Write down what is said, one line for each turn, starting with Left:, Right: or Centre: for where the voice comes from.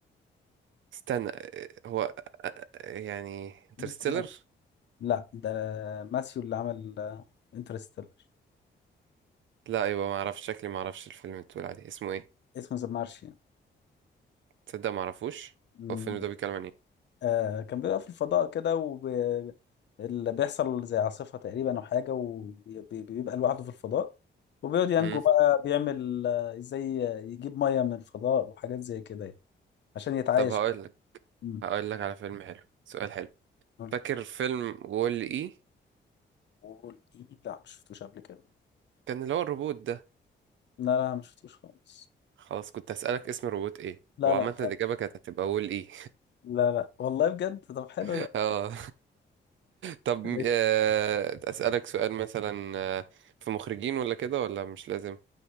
Right: استنى آه، هو آه، آه، يعني انترستيلر
Left: براحتك لا ده ماثيو اللي عمل انترستيلر
Right: لا ايوه ما اعرفش شكلي ما اعرفش الفيلم اللي بتقول عليه اسمه ايه
Left: اسمه ذا مارشيان
Right: تصدق ما اعرفوش
Left: مم.
Right: هو الفيلم ده بيتكلم عن ايه
Left: آه كان بيبقى في الفضاء كده وب- اللي بيحصل زي عاصفة تقريبا أو حاجة وبيبقى لوحده في الفضاء وبيقعد ينجو
Right: امم
Left: بقى بيعمل آه، ازاي يجيب مية من الفضاء وحاجات زي كده يعني عشان يتعايش
Right: طب هقول لك
Left: مم.
Right: هقول لك على فيلم حلو سؤال حلو
Left: قول لي
Right: فاكر فيلم وول اي
Left: قول ايه لا مش شفتوش قبل كده
Right: كان اللي هو الروبوت ده
Left: لا لا مش شفتوش خالص
Right: خلاص كنت هسألك اسم الروبوت ايه
Left: لا
Right: وعامة
Left: لا
Right: الإجابة كانت هتبقى وول اي
Left: لا لا والله بجد طب حلو
Right: <laughs>
Left: ده
Right: اه طب
Left: <laughs> ليش؟
Right: آه، أسألك سؤال مثلا آه، في مخرجين ولا كده ولا مش لازم